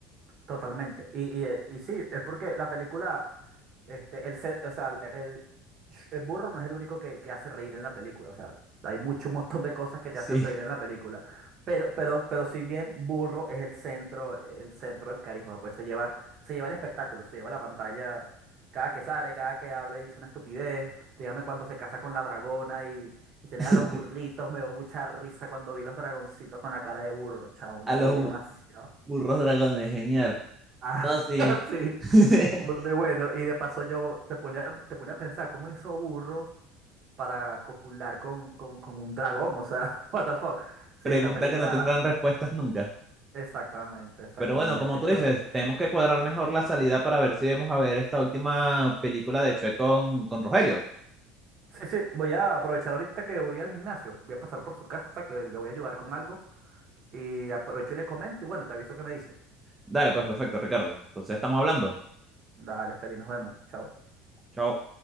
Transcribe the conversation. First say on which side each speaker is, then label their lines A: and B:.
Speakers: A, on the right; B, on the right.
A: Totalmente. Y, y, eh, y sí, es porque la película, este, el, se- o sea, el, el burro no es el único que, que hace reír en la película. O sea, hay mucho, un montón de cosas que te
B: Sí.
A: hacen reír en la película. Pero, pero, pero si bien burro es el centro, el centro del carisma, pues se lleva, se lleva el espectáculo, se lleva la pantalla. Cada que sale, cada que habla y dice una estupidez. Dígame cuando se casa con la dragona y, y tienen
B: <laughs>
A: a los burritos. Me dio mucha risa cuando vi los dragoncitos con la cara de burro, chavo. Me
B: A los
A: reí demasiado.
B: burros dragones, genial.
A: Ah,
B: No, sí.
A: <laughs> sí,
B: <laughs>
A: burde bueno. Y de paso yo te ponía, te ponía a pensar, ¿cómo hizo Burro para copular con, con, con un dragón? O sea, <laughs> what the fuck. Sí,
B: Pregunta
A: la película,
B: que no tendrán respuestas nunca.
A: exactamente, exactamente.
B: Pero bueno, como tú
A: Con-
B: dices, tenemos que cuadrar mejor la salida para ver si vamos a ver esta última película de Shrek con, con Rogelio.
A: Sí, sí, voy a aprovechar ahorita que voy al gimnasio. Voy a pasar por su casa, que le voy a ayudar con algo. Y aprovecho y le comento. Y bueno, te aviso que me dice.
B: Dale, pues perfecto, Ricardo. Entonces estamos hablando.
A: Dale, Feli, nos vemos. Chao.
B: Chao.